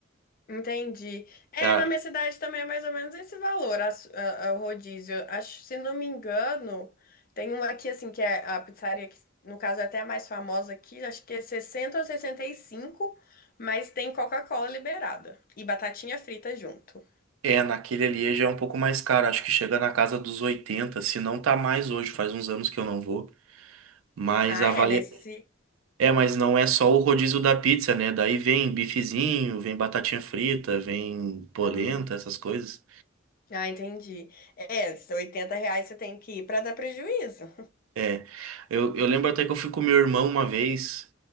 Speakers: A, on the left; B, on the right.
A: entendi. É,
B: Ah,
A: na minha cidade também é mais ou menos esse valor, as- a- a- o rodízio. Acho, se não me engano, tem um aqui, assim, que é a pizzaria, que no caso é até a mais famosa aqui, acho que é 60 ou 65, mas tem Coca-Cola liberada e batatinha frita junto.
B: É, naquele ali já é um pouco mais caro. Acho que chega na casa dos oitenta se não tá mais hoje, faz uns anos que eu não vou. Mas
A: Ah,
B: a,
A: é,
B: vari...
A: nesse.
B: É, mas não é só o rodízio da pizza, né? Daí vem bifezinho, vem batatinha frita, vem polenta,
A: hum,
B: essas coisas.
A: Ah, entendi. É, se 80 reais você tem que ir pra dar prejuízo.
B: É, eu, eu lembro até que eu fui com meu irmão uma vez